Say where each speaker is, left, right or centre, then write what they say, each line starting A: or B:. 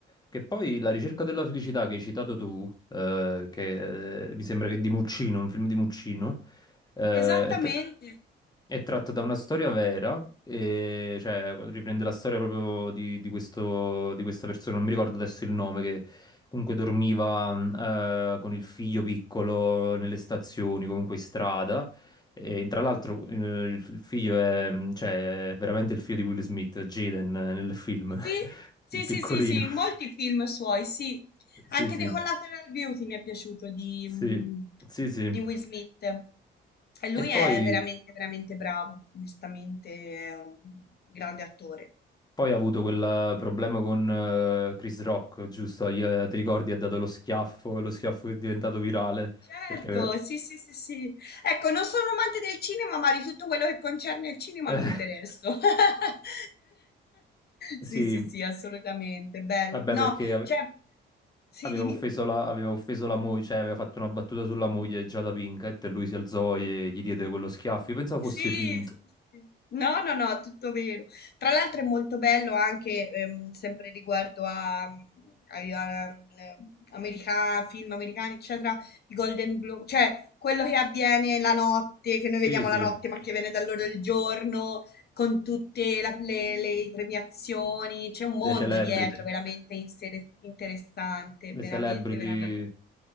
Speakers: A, on the left; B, on the left.
A: Che poi La ricerca della felicità che hai citato tu, eh, che eh, mi sembra che è di Muccino, un film di Muccino, eh,
B: Esattamente.
A: è, tra- è tratto da una storia vera, e, cioè riprende la storia proprio di, di questo- di questa persona, non mi ricordo adesso il nome, che comunque dormiva mh, eh, con il figlio piccolo nelle stazioni, comunque in strada. E tra l'altro eh, il il figlio è, cioè, è veramente il figlio di Will Smith, Jaden, eh, nel film,
B: Sì,
A: <laughs>
B: sì,
A: il piccolino.
B: sì, sì, sì, in
A: <laughs>
B: molti film suoi, sì.
A: Sì,
B: Anche
A: sì,
B: The Collateral Beauty mi è piaciuto di,
A: sì,
B: mm,
A: sì, sì. sì.
B: di Will Smith. E lui
A: E
B: è
A: poi,
B: veramente, veramente bravo, onestamente è un grande attore.
A: poi ha avuto quel problema con eh, Chris Rock, giusto? Gli, eh, ti ricordi, ha dato lo schiaffo, lo schiaffo che è diventato virale,
B: Certo,
A: perché aveva...
B: sì, sì, sì, sì. Ecco, non sono amante del cinema, ma di tutto quello che concerne il cinema
A: <laughs> Eh.
B: mi interesso. <laughs>
A: Sì,
B: Sì, sì, sì, assolutamente. Bello.
A: Vabbè,
B: No,
A: perché ave-
B: cioè, sì,
A: aveva
B: dimmi.
A: offeso la, aveva offeso la moglie, cioè aveva fatto una battuta sulla moglie già da Pinkett e lui si alzò e gli diede quello schiaffo. Io pensavo
B: Sì,
A: fosse finto.
B: sì, sì. No, no, no, tutto vero. Tra l'altro è molto bello anche, ehm, sempre riguardo a, ai- a- ehm, america- film americani, eccetera, i Golden Globe, cioè quello che avviene la notte, che noi
A: Sì,
B: vediamo
A: sì,
B: la notte, ma che viene da loro il giorno, con tutte la- le, le premiazioni, c'è un mondo
A: le celebrity,
B: dietro veramente inser- interessante,
A: le
B: veramente,
A: celebrity
B: veramente.